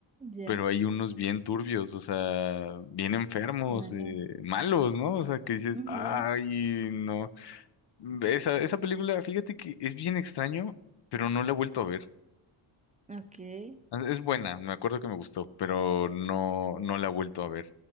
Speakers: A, on the right; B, on the left.
A: ya,
B: pero hay unos bien turbios, o sea, bien enfermos,
A: ala,
B: eh, malos, ¿no? O sea, que dices,
A: ujú,
B: ay, no. Esa, esa película, fíjate que es bien extraño, pero no la he vuelto a ver.
A: ok,
B: Es es buena, me acuerdo que me gustó, pero no, no la he vuelto a ver.